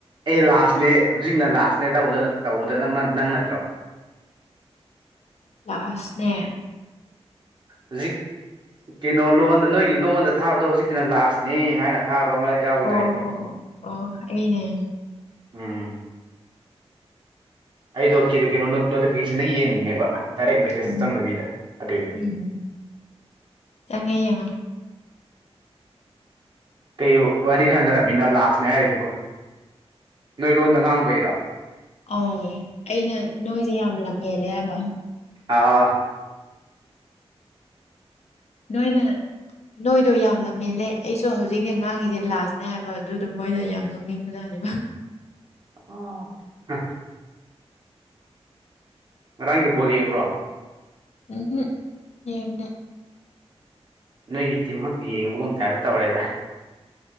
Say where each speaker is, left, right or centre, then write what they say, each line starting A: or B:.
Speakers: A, on the right; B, on the left.
A: ꯑꯩ ꯂꯥꯁꯅꯦ ꯍꯧꯖꯤꯛꯅ ꯂꯥꯁꯅꯦ ꯇꯧꯕꯗ ꯇꯧꯕꯗꯅ ꯅꯪ ꯅꯠꯇ꯭ꯔꯣ
B: ꯂꯥꯁꯅꯦ
A: ꯍꯨꯖꯤꯛ ꯀꯩꯅꯣ ꯂꯣꯟꯗ ꯅꯣꯏꯒꯤ ꯂꯣꯟꯗ ꯊꯥꯕꯗꯣ ꯍꯧꯖꯤꯛꯀꯤꯅ ꯂꯥꯁꯅꯤ ꯍꯥꯏꯅ ꯊꯥꯕ ꯑꯃ ꯌꯥꯎꯈꯤꯗꯥꯏꯅꯦ
B: ꯑꯣ ꯑꯣ ꯑꯣ ꯑꯣ ꯑꯣ ꯑꯩꯅꯦ
A: ꯎꯝ ꯑꯩꯗꯣ ꯀꯤꯔꯤ ꯀꯩꯅꯣ ꯅꯣꯇꯤꯐꯤꯀꯦꯁꯟꯗꯩꯩ ꯌꯦꯡꯕꯅꯦꯕ ꯗꯥꯏꯔꯦꯛ ꯃꯦꯁꯦꯖꯇ
B: ꯎꯝ
A: ꯆꯪꯗꯕꯤꯗ ꯑꯗꯨꯏꯅꯦ
B: ꯎꯝ ꯆꯪꯉꯦ ꯌꯦꯡ ꯑꯣ
A: ꯀꯩ ꯋꯥꯔꯤ ꯁꯥꯟꯅꯔꯝꯃꯤꯅꯣ ꯂꯥꯁꯅꯦ ꯍꯥꯏꯔꯤꯗꯨꯕꯨ ꯅꯣꯏ ꯂꯣꯟꯗ ꯉꯥꯡꯕꯩꯔꯣ
B: ꯑꯧ ꯑꯩꯅ ꯅꯣꯏꯁꯦ ꯌꯥꯝ ꯂꯝ ꯍꯦꯜꯂꯦ ꯍꯥꯏꯕ
A: ꯑꯥ
B: ꯅꯣꯏꯅ ꯅꯣꯏꯗꯣ ꯌꯥꯝ ꯂꯝ ꯍꯦꯜꯂꯦ ꯑꯩꯁꯨ ꯍꯧꯖꯤꯛꯅꯦ ꯉꯥꯡꯉꯤꯁꯦ ꯂꯥꯁꯅꯦ ꯍꯥꯏꯕ ꯑꯗꯨꯗ ꯃꯣꯏꯅ ꯌꯥꯝ ꯅꯣꯛ ꯅꯤꯡꯕ ꯖꯥꯠꯅꯦꯕ
A: ꯑꯣ ꯍꯝ ꯉꯔꯥꯡꯒꯤ ꯕꯣꯜ ꯌꯦꯡꯕ꯭ꯔꯣ
B: ꯎꯝꯍꯝ ꯌꯦꯡꯗꯦ
A: ꯅꯣꯏꯒꯤ ꯇꯤꯝ ꯈꯛꯇ ꯌꯦꯡꯕꯒꯨꯝ ꯇꯥꯏꯞꯇ ꯇꯧꯔꯦꯗ